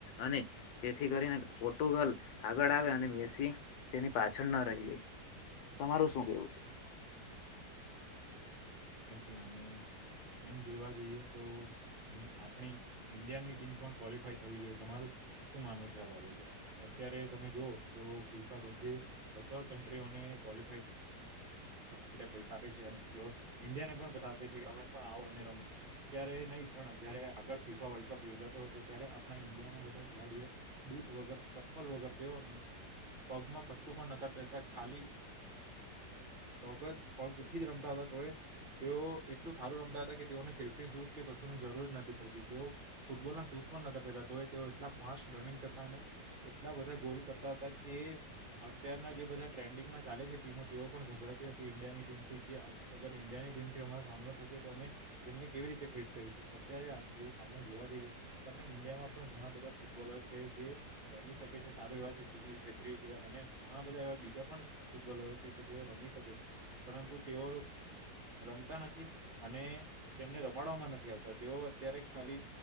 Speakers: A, on the left (about 70°); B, on the right (about 40°).
A: અને જેથી કરીને પોર્ટુ ગલ આગળ આવે અને મેસી તેની પાછળ ન રહી રે. તમારું શું કેવું છે?
B: <unintelligible> છું અને એમ જોવા જઈએ તો આપણી ઈન્ડિયાની ટીમ પણ ક્વોલિફાય થવી જોઈએ તમારું શું માનવું છે આ બાબતે? અત્યારે તમે જોવો તો ફીફા બધે બધા કન્ટ્રીઓને ક્વોલિફાય માટે પૈસા આપે છે. અને પ્યો ઈન્ડિયા ને પસ આપે છે તમે પણ આવો અને રમો. અત્યારે નહી પણ જયારે આગળ ફીફા વર્લ્ડ કપ યોજાતો હતો તો ત્યારે આપણા ઈન્ડિયાના બધા ખિલાડીઓ બુટ વગર, ચપ્પલ વગર તેઓ પગમાં કશું પણ નતા પેરતા ખાલી પગ પગથી જ રમતા હતા તો એ તેઓ કેટલું સારું રમતા હતા કે તેઓને સેફ્ટી શૂઝ કે કશું ની જરૂર જ નથી પડતી તેઓ ફૂટબોલ ના શૂઝ પણ નહતા પેહતા તોય તેઓ એટલા ફાસ્ટ રનિંગ કરતા અને એટલા બધા ગોલ કરતા હતા કે અત્યારના જે બધા ટ્રેન્ડિંગમાં ચાલે છે ટીમો તેઓ પણ ગભરાતી હતી ઇન્ડિયાની ટીમથી કે અગર ઈન્ડિયાની ટીમ થી અમારો સામનો થશે તો અમે તેમને કેવી રીતે ફેસ કરીશું? અત્યારે આપ એવું આપને જોવા જઈએ તો આપણા ઈન્ડિયામાં પણ ઘણા બધા ફૂટબોલર છે જે રમી શકે છે સારું એવા છે સુનિલ છેત્રી અને ઘણા બધા એવા બીજા પણ ફૂટબોલરો છે કે જેઓ રમી શકે છે, પરંતુ તેઓ
A: હ
B: રમતા નથી અને તેમને રમાડવામાં નથી આવતા તેઓ અત્યારે ખાલી